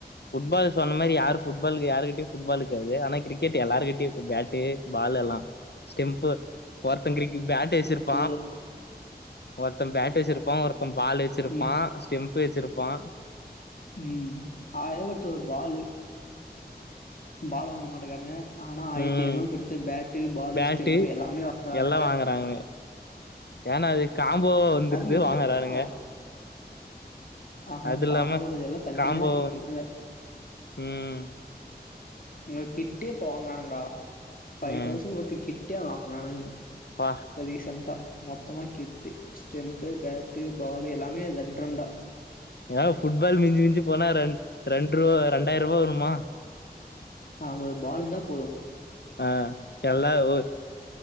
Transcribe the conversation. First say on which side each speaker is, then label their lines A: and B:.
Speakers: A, on the left (about 80°); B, on the left (about 55°).
A: புட்பால் சொன்ன மாரி யாரு ஃபுட்பாலு யாருகிட்டயு ஃபுட்பாலு இக்காது ஆனா கிரிக்கெட்டு எல்லாருகிட்டையு இருக்கு பேட்டு பாலு எல்லா ஸ்டெம்ப்பு ஒருத்தங்கிரிக்கி பேட்டு வச்சிருப்
B: ஒத
A: ஒருத்த. பேட் வச்சிருப்பா ஒருத்த பால் வச்சிருப்பா
B: ம்
A: ஸ்டெம்பு‌ வச்சிருப் வா
B: ம் ஆயா குடுத்த பால்லு பால் வாங்க மாட்டக்கராங்க ஆனா ஆயிரத்தி
A: ம்
B: ஐநூறு குடுத்து பேட்டு பாலு
A: பேட்டு
B: ஸ்டெம்பு எல்லாமே வாங்கரனுங்க
A: எல்லா வாங்குறாங்க ஏன்னா அது காம்போவா வந்துருது
B: அது இன்டர்ன்
A: வாங்குறானுங்க
B: தா ஆ ஆ
A: அது இல்லாம
B: காம்போ இது எல்லா தனித்தனியா
A: காம்போவா
B: வா
A: வந்து
B: கு
A: ம்
B: உங்க கிட்டே போகானுங்கடா ஃபைவ்
A: ம்
B: தோவுசண் வர்த் கிட் கட்டியா வாங்கவே இல்ல
A: பா
B: அது ரீசென்டா மொத்தமா கிட்டு ஸ்டெம்பு பேட்டு பாலு எல்லாமே ரெண்டு ரெண்டா
A: ஏ ஃபுட்பால் மிஞ்சி மிஞ்சி போனா ரெண் ரெண்டு ரூவா ரெண்டாயிர ரூவா வரும்மா
B: ஆ ஒரு பாலு இந்தா போதும்
A: ஆ எல்லா உ